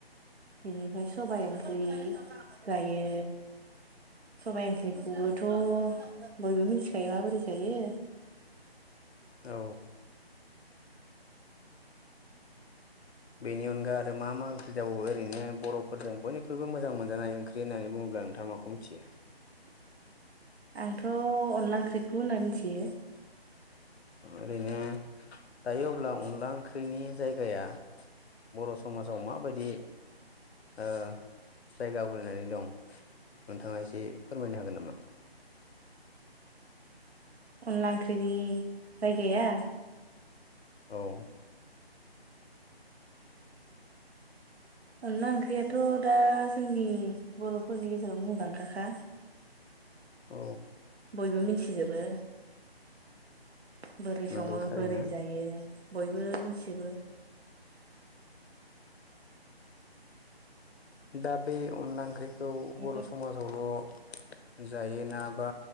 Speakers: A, on the right; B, on the left.
A: बिनिफ्राय सबाय ओंख्रि जायो। सबाइ ओंख्रिखौबोथ' बयबो मिथिखायो माबोरै जायो।
B: औ बेनि अनगा आरो मा मा ओंख्रि जाबावो ओरैनो बर'फोरजों बयनिख्रुइबो मोजां मोनजानाय ओंख्रि होननानै बुङोब्ला नोंथाङा माखौ मिथियो
A: <inaudible> आंथ' अनला ओंख्रिखौ होनना मिथियो
B: ओरैनो दायो अब्ला अनला ओंख्रिनि जायगाया बर' समाजाव माबायदि जायगा आवग्रिनानै दं नोंथाङा एसे फोरमायनो हागोन नामा
A: अनलाख्रिनि है गैया
B: औ
A: अनला ओंख्रियाथ' दा जोंनि बर'फोरनि गेजेराव मुंदांखाखा
B: औ
A: बयबो मिथिजोबो बोरै
B: नंगौ
A: सङो
B: थारैनो
A: बोरै जायो बयबो मिथिजोबो
B: दा बे अनला ओंख्रिखौ
A: बेनो
B: बर' समाजावल' जायोना बा